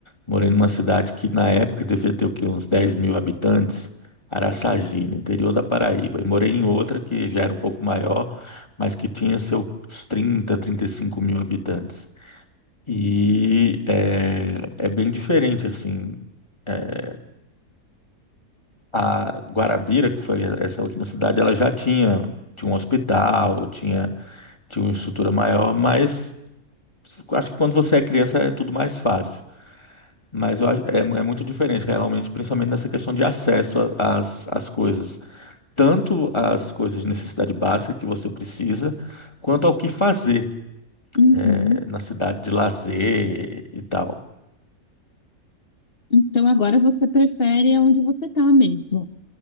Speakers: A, on the left (about 20°); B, on the left (about 40°).
A: Morei numa cidade que na época devia ter o quê? Uns 10 mil habitantes, Araçagi, no interior da Paraíba. E morei em outra que já era um pouco maior, mas que tinha seus trinta, trinta e cinco mil habitantes. E é, é bem diferente, assim. eh, A Guarabira, que foi essa última cidade, ela já tinha, tinha um hospital, tinha, tinha uma estrutura maior, mas Acho que quando você é criança é tudo mais fácil, mas eu acho, é, é muito diferente realmente, principalmente nessa questão de acesso a- às, às coisas, tanto às coisas de necessidade básica que você precisa, quanto ao que fazer
B: Uhum.
A: é, na cidade de lazer e tal.
B: Então agora você prefere onde você tá mesmo,